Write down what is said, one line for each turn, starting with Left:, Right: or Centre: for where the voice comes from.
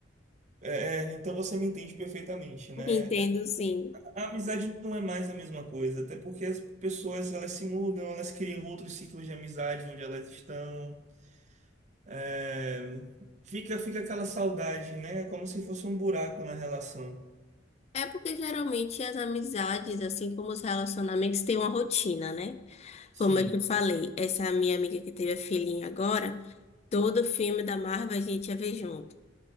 Right: É, é, então você me entende perfeitamente, né?
Left: <laughs> Entendo,
Right: É,
Left: sim.
Right: A amizade não é mais a mesma coisa, até porque as pessoas elas se mudam, elas criam outros ciclos de amizade onde elas estão. É, fica, fica aquela saudade, né? Como se fosse um buraco na relação.
Left: É porque geralmente as amizades, assim como os relacionamentos, têm uma rotina, né?
Right: Sim,
Left: Como eu te falei, essa minha amiga que teve a filhinha agora, todo filme da Marvel a gente ia ver junto.